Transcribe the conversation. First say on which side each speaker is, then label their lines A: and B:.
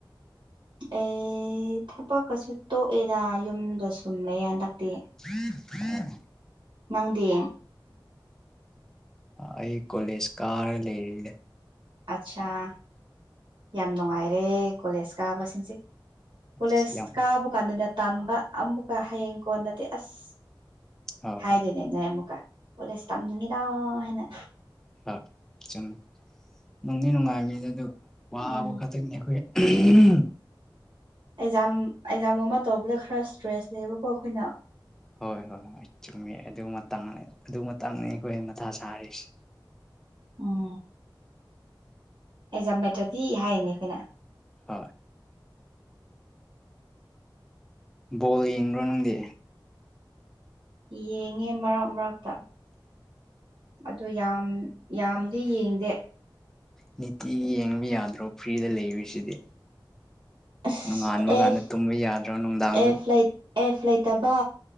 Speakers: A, on the right (about 65°); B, in the centre.
A: ꯑꯦ ꯊꯕꯛꯀꯁꯨ ꯇꯣꯛꯑꯦꯗ ꯌꯨꯝꯗ ꯁꯨꯝ ꯂꯩ ꯍꯟꯗꯛꯇꯤ
B: <unintelligible>
A: ꯅꯪꯗꯤ
B: ꯑꯩ ꯀꯣꯂꯦꯖ ꯀꯥꯔ ꯂꯩꯔꯦ
A: ꯑꯠꯆꯥꯥ ꯌꯥꯝ ꯅꯨꯡꯉꯥꯏꯔꯦ ꯀꯣꯂꯦꯖ ꯀꯥꯕꯁꯤꯡꯁꯦ
B: ꯑꯁ
A: ꯀꯣꯂꯦꯖ
B: ꯌꯥꯝ
A: ꯀꯥꯕ ꯀꯥꯟꯗꯅꯦ ꯇꯥꯟꯕ ꯑꯃꯨꯛꯀ ꯍꯌꯦꯡ ꯀꯣꯟꯅꯗꯤ ꯑꯁ
B: ꯍꯣꯏ
A: ꯍꯥꯏꯗꯣꯏꯅꯤꯅꯦ
B: ꯍꯣꯏ
A: ꯑꯃꯨꯛꯀ ꯀꯣꯂꯦꯖ ꯇꯝꯅꯤꯡꯉꯤꯗ ꯍꯥꯏꯅ
B: ꯑ ꯆꯪ <unintelligible> ꯅꯨꯡꯗꯤ ꯅꯨꯡꯉꯥꯏꯕꯅꯤꯅꯦ ꯑꯗꯨꯒ ꯋꯥꯕ
A: ꯎꯝ
B: ꯈꯠ ꯑꯩꯈꯣꯏ ꯎ
A: ꯑꯦꯛꯖꯥꯝ ꯑꯦꯛꯖꯥꯝ ꯑꯃ ꯇꯧꯕꯗ ꯈꯔ ꯏꯁꯇ꯭ꯔꯦꯁ ꯂꯩꯕꯀꯣ ꯑꯩꯈꯣꯏꯅ
B: ꯍꯣꯏ ꯍꯣꯏ ꯍꯣꯏ ꯆꯨꯝꯃꯤ ꯑꯗꯨ ꯃꯇꯥꯡꯅꯤ ꯑꯗꯨ ꯃꯇꯥꯡꯅꯤ ꯑꯩꯈꯣꯏ ꯃꯊꯥ ꯁꯥꯔꯤꯁꯦ
A: ꯑꯣꯝ ꯑꯦꯖꯥꯝ ꯃꯦꯇꯔꯗꯤ ꯍꯥꯏꯌꯦꯅꯦ ꯑꯩꯈꯣꯏꯅ
B: ꯍꯣꯏ ꯕꯣꯜ ꯌꯦꯡꯕ꯭ꯔꯣ ꯅꯪꯗꯤ
A: ꯌꯦꯡꯉꯦ ꯃꯔꯛ ꯃꯔꯛꯇ ꯑꯗꯨ ꯌꯥꯝ ꯌꯥꯝ ꯑꯗꯨ ꯌꯦꯡꯗꯦ
B: ꯅꯤꯇꯤ ꯌꯦꯡꯕ ꯌꯥꯗ꯭ꯔꯣ ꯐ꯭ꯔꯤꯗ ꯂꯩꯕꯁꯤꯗꯤ
A: ꯑꯁ
B: ꯅꯣꯡꯉꯥꯟꯕ
A: ꯑꯦꯐ
B: ꯀꯥꯟꯗ ꯇꯨꯝꯕ ꯌꯥꯗ꯭ꯔꯣ ꯅꯨꯡꯗꯥꯡꯗ
A: ꯑꯦꯐ ꯂꯩ ꯑꯦꯐ ꯂꯩꯇꯕ